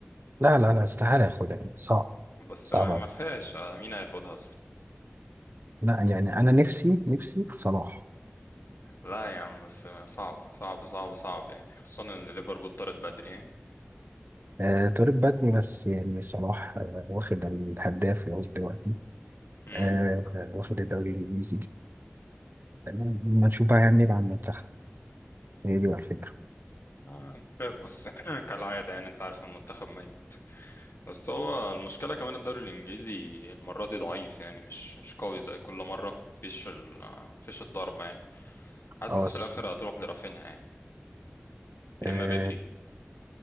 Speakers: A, on the right (about 55°); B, on the left (about 80°).
A: لا لا لا استحالة ياخدها يعني صعب
B: بس
A: صعب
B: ما
A: أوي.
B: ما فيهاش آه، مين هياخدها
A: لا يعني أنا نفسي نفسي صلاح
B: لا يا عم بس صعب صعب صعب صعب يعني خصوصا ان ليفربول طارت بدري يعني
A: آه طارق بدري بس يعني صلاح آه واخد الهداف لغاية دلوقتي
B: امم
A: آه واخد الدوري الإنجليزي آه، ما نشوف بقى هيعمل إيه مع المنتخب هي دي بقى الفكرة
B: آه، خايف بس <clears throat> كالعادة يعني انت عارف المنتخب ميت بس هو المشكلة كمان الدوري الانجليزي المرة دي ضعيف يعني مش مش قوي زي كل مرة مفيش ال مفيش الضربة يعني حاسس
A: اه
B: في
A: س-
B: الاخر هتروح لرافينيا يعني يا
A: آه،
B: اما بدري